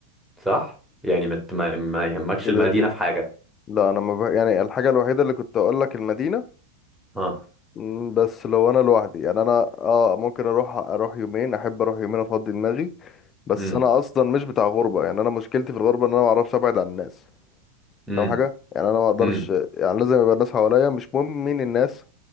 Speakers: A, in the centre; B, on the left.
A: صح يعني مت ما, ما يهمكش
B: كده
A: المدينة
B: كده
A: في حاجة
B: لا انا ما بح... يعني الحاجة الوحيدة اللي كنت اقول لك المدينة
A: اه
B: مم، بس لو انا لوحدي يعني انا اه ممكن اروح اروح يومين احب اروح يومين افضي دماغي بس
A: امم
B: انا اصلا مش بتاع غربة يعني انا مشكلتي في الغربة ان انا ما اعرفش ابعد عن الناس
A: امم
B: فاهم حاجة يعني انا ما اقدرش
A: امم
B: يعني لازم يبقى الناس حواليا مش مهم مين الناس